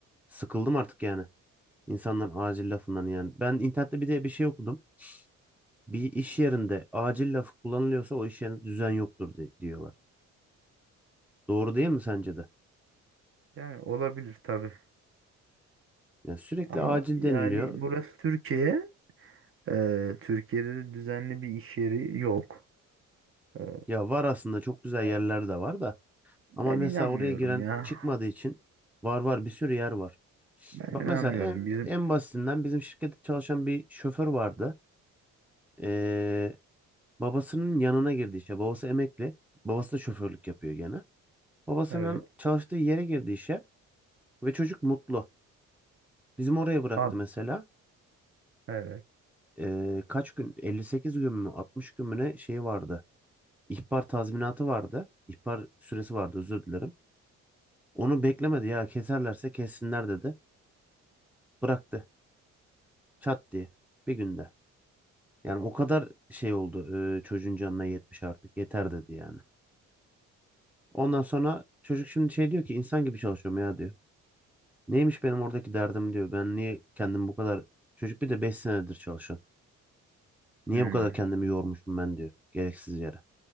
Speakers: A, in the centre; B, on the right.
A: Sıkıldım artık yani. İnsanlar acil lafından yani. Ben internette bir de bir şey okudum. Bir iş yerinde acil lafı kullanılıyorsa o iş yerinde düzen yoktur di- diyorlar. Doğru değil mi sence de?
B: Yani olabilir tabii.
A: Yani sürekli
B: Ama
A: acil
B: yani
A: deniliyor.
B: burası Türkiye. Ee, Türkiye'de de düzenli bir iş yeri yok. Ee,
A: Ya var aslında çok güzel
B: yani
A: yerler de var da.
B: ben
A: Ama mesela
B: inanmıyorum
A: oraya giren
B: ya.
A: çıkmadığı için var var bir sürü yer var.
B: Ben
A: Bak
B: inanmıyorum.
A: mesela en,
B: Bizim
A: en basitinden bizim şirkette çalışan bir şoför vardı. Ee, babasının yanına girdi işe. Babası emekli. Babası da şoförlük yapıyor gene. Babasının
B: evet.
A: çalıştığı yere girdi işe ve çocuk mutlu. Bizim oraya bıraktı
B: Ad,
A: mesela.
B: evet.
A: Ee, kaç gün? 58 gün mü? 60 gün mü ne şeyi vardı. İhbar tazminatı vardı. İhbar süresi vardı özür dilerim. Onu beklemedi ya keserlerse kessinler dedi. Bıraktı. Çat diye. Bir günde. Yani o kadar şey oldu. e, çocuğun canına yetmiş artık. Yeter dedi yani. Ondan sonra çocuk şimdi şey diyor ki insan gibi çalışıyorum ya diyor. Neymiş benim oradaki derdim diyor. Ben niye kendimi bu kadar... Çocuk bir de 5 senedir çalışan. Niye
B: Hmm,
A: bu kadar kendimi yormuşum ben diyor. Gereksiz yere.